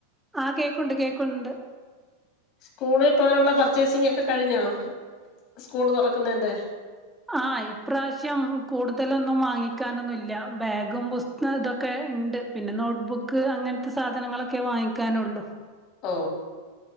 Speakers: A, in the centre; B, on the left.
A: ആ കേക്കുണ്ട് കേക്കുണ്ട്
B: സ്കൂളിൽ പോകാനുള്ള പർച്ചേസിംങ് ഒക്കെ കഴിഞ്ഞോ സ്കൂൾ തുറക്കുന്നതിന്റെ.
A: ആഹ് ഇപ്രാവശ്യം കൂടുതലൊന്നും വാങ്ങിക്കാനൊന്നുല്ല ബാഗും പുസ്തം ഇതൊക്കെ ഉണ്ട്. പിന്നെ നോട്ട് ബുക്ക് അങ്ങനത്തെ സാധനങ്ങളൊക്കെ വാങ്ങിക്കാനുള്ളു.
B: ഓ